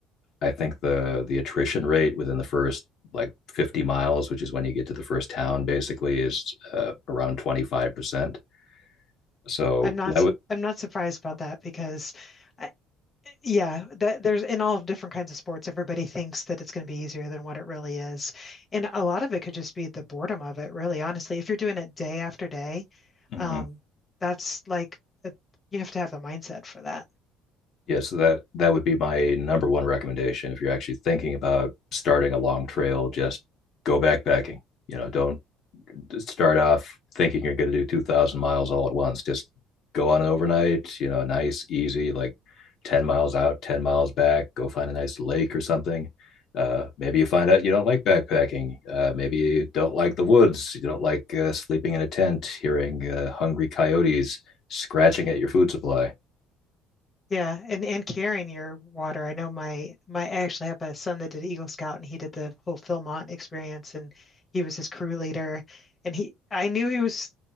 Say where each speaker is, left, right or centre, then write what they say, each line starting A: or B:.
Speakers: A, on the left (about 50°); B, on the left (about 20°).
A: I think the the attrition rate within the first like 50 miles, which is when you get to the first town, basically is uh, around 25 percent. So
B: I'm not
A: that
B: su-
A: would.
B: I'm not surprised about that because. I, yeah, that there's in all different kinds of sports, everybody thinks that it's going to be easier than what it really is. And a lot of it could just be the boredom of it, really, honestly. If you're doing it day after day,
A: Mm-hmm.
B: um, that's like a, you have to have the mindset for that.
A: Yeah, so that that would be my number one recommendation if you're actually thinking about starting a long trail, just go backpacking. You know, don't start off thinking you're going to do 2000 miles all at once. Just go on an overnight, you know, a nice easy like 10 miles out, 10 miles back, go find a nice lake or something. Uh, maybe you find out you don't like backpacking. Uh, maybe you don't like the woods. You don't like uh, sleeping in a tent, hearing uh, hungry coyotes scratching at your food supply.
B: Yeah, and and carrying your water. I know my my I actually have a son that did Eagle Scout and he did the whole Philmont experience and he was his crew leader and he I knew he was